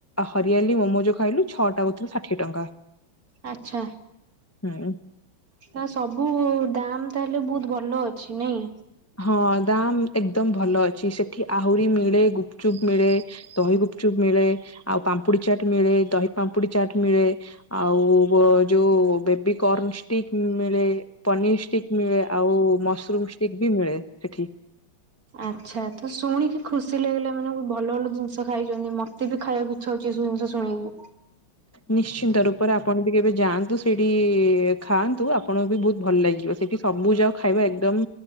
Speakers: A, on the left; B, on the right.
A: ହରିଆଲି ମୋମୋ ଯୋଉ ଖାଇଲୁ, ଛଅ ଟା କୁ ଥିରା ଷାଠିଏ ଟଙ୍କା।
B: ଆଛା,
A: ହୁଁ
B: ତ ସବୁ-ଉ ଦାମ ତାହେଲେ, ବହୁତ ଭଲ ଅଛି ନାଇଁ।
A: ହଁ, ଦାମ ଏକଦମ ଭଲ ଅଛି। ସେଠି ଆହୁରି ମିଳେ, ଗୁପଚୁପ ମିଳେ, ଦହି ଗୁପ୍ ଚୁପ୍ ମିଳେ, ଆଉ ପାମ୍ପୁଡି ଚାଟ ମିଳେ, ଦହି ପାମ୍ପୁଡି ଚାଟ ମିଳେ, ଆଉ ଯୋଉ ବେବିିକର୍ଣ ଷ୍ଟିକ ମିଳେ, ପନିର ଷ୍ଟିକ୍ ମିଳେ, ଆଉ ମସରୁମ୍ ଷ୍ଟିକ ବି ମିଳେ ସେଠି।
B: ଆଚ୍ଛା, ତ ଶୁଣିକି ଖୁସି ଲାଗିଲା ମାନେ ଭଲ ଭଲ ଜିନିଷ ଖାଇଛନ୍ତି। ମତେ ବି ଖାଇବାକୁ ଇଚ୍ଛା ହଉଛି। ଯଉ ଇନ୍ସ ଶୁଣିକି।
A: ନିଶ୍ଚିନ୍ତ ରୂପରେ ଆପଣ କେବେ ଯାଆନ୍ତୁ, ସେଇଠି-ଇ ଖାଆନ୍ତୁ। ଆପଣଙ୍କୁ ବି ବହୁତ ଭଲ ଲାଗିବ। ସେଠି ସବୁ ଯାକ ଖାଇବା ଏକଦମ୍